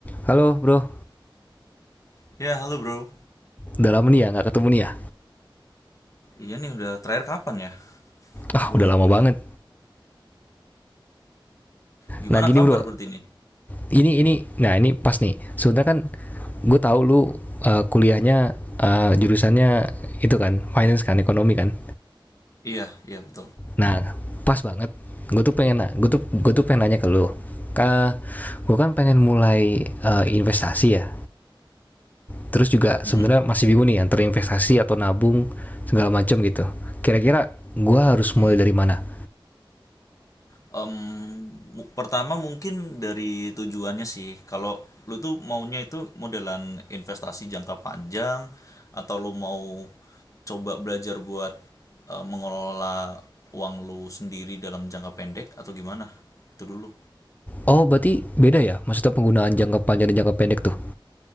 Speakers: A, on the left; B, on the left.
A: Halo bro,
B: Ya, halo bro.
A: udah lama nih ya nggak ketemu nih ya?
B: Iya nih udah terakhir kapan ya
A: Ah
B: ngobrol-ngobrol?
A: udah lama banget.
B: Gimana
A: Nah gini
B: kabar
A: bro,
B: berarti ini?
A: ini ini, nah ini pas nih. sebenarnya kan gue tahu lu uh, kuliahnya uh, jurusannya itu kan finance kan ekonomi kan.
B: Iya, iya betul.
A: Nah pas banget. Gue tuh pengen, gue tuh gue tuh pengen nanya ke lu. Ka, gue kan pengen mulai uh, investasi ya. Terus juga
B: Mm-mm.
A: sebenarnya masih bingung nih antara investasi atau nabung segala macam gitu. Kira-kira gue harus
B: Oke.
A: mulai dari mana?
B: Em, mu- pertama mungkin dari tujuannya sih. Kalau lu tuh maunya itu modelan investasi jangka panjang atau lu mau coba belajar buat eh, mengelola uang lu sendiri dalam jangka pendek atau gimana? Itu dulu.
A: Oh, berarti beda ya? Maksudnya penggunaan jangka panjang dan jangka pendek tuh?